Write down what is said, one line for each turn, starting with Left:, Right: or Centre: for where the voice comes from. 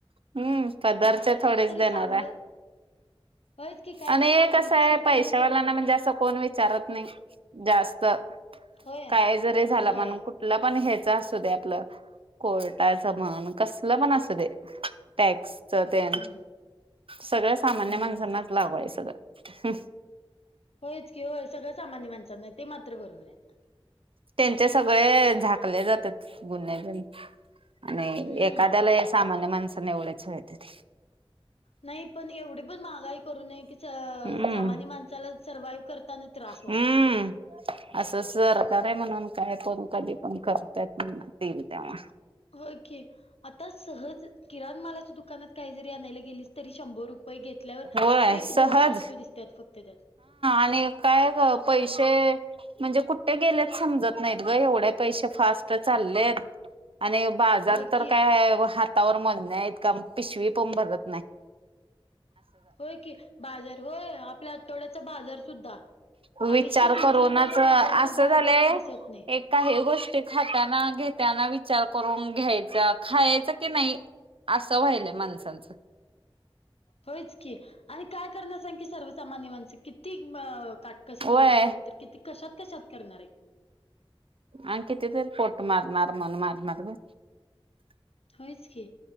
Right: हम्म पदारचे थोडेच देणार
Left: चांगलं
Right: आहे.
Left: होयच की काहीतरी
Right: आणि एक
Left: चांगलं
Right: कसं
Left: दुसरं
Right: आहे पैशावालांना
Left: केलं तर आणि
Right: म्हणजे असं कोण विचारत नाही. जास्त
Left: होय
Right: काय जरी झालं
Left: होय.
Right: म्हण कुठ आपलं पण ह्याच असू दे आपलं कोर्टाचं म्हण कसल पण असू दे. टॅक्सच ते
Left: हम्म
Right: सगळ्या सामान्य
Left: हम्म
Right: माणसांना लागू हाय सगळं.
Left: होयच कि होय सगळं सामान्य माणसांना ते मात्र बरोबर आहे.
Right: त्यांचे सगळे झाकले जातात गुन्ह्या गारी. आणि
Left: हम्म
Right: एखाद्याला या सामान्य माणसाने एवढ्याचते ते.
Left: नाही पण एवढी पण महागाई करू नये की
Right: हम्म
Left: सामान्य माणसाला सर्वाइव्ह करताना त्रास व्हावा.
Right: हम्म असं सरकार आहे म्हणून काय करण कधी पण करतात म्हणतील तेव्हा.
Left: होय की. आता सहज किराणमालाच्या दुकानात काही जरी आणायला गेलीस तरी शंभर रुपये घेतल्यावर
Right: होय
Left: एक
Right: सहज
Left: -दोन वस्तू दिसतात फक्त त्यात
Right: आणि काय ग.. पै ते.. म्हणजे कुठे गेलेच समजत नाहीत ग एवढे पैसे फास्ट चाललेत. आणि बाजार
Left: होय
Right: तर
Left: की
Right: काय हातावर म्हण्या इतका पिशवी पण भरत नाही़
Left: होय की बाजार होय आपल्या आठवड्याचा बाजार सुद्धा
Right: विचार
Left: अडीचशे -तीनशे
Right: करूनच
Left: रुपयाचा
Right: असं
Left: बाजार तो बॅगतन
Right: झालंय
Left: नाही दिसत नाही.
Right: एक काही गोष्टी खाताना, घेताना विचार करून घ्यायचा खायच की नाही. असं व्हायलय माणसांचं.
Left: होयच की आणि काय करण्या सां की सर्वसामान्य माणस की ती अ.. काटकसर
Right: वय
Left: करून- करून तर किती कशात -कशात करणार आहे.
Right: आणि किती तरी पोट मारणार, मन मारणार ग..
Left: होयच की,